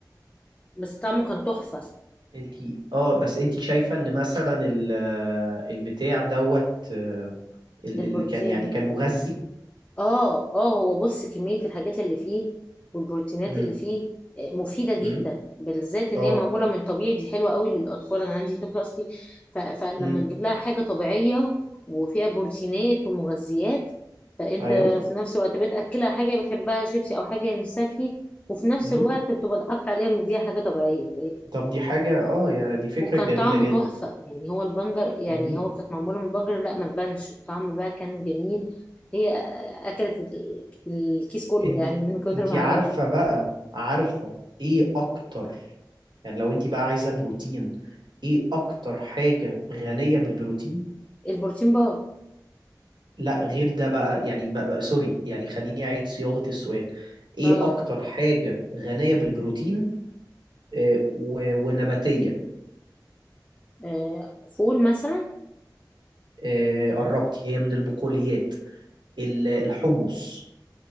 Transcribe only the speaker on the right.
انتي اه بس انتي شايفه ان مثلا ال- البتاع دوت آه، ال...
ال... كان يعني كان مغذي
امم
امم
اه
امم
ايوه
امم
طب دي حاجه اه يا دي فكره
جميله
جدا
امم
ان...
انتي
عارفه بقى عارفه ايه اكتر يعني لو انت بقى عايزة بروتين ايه اكتر حاجة غنية بالبروتين
لا غير ده بقى يعني بقى بقى سوري يعني خليني اعيد صياغة السؤال ايه
اكتر حاجة غنية بالبروتين آه، و- ونباتية
آه، قربتي هي من البقوليات ال- الحمص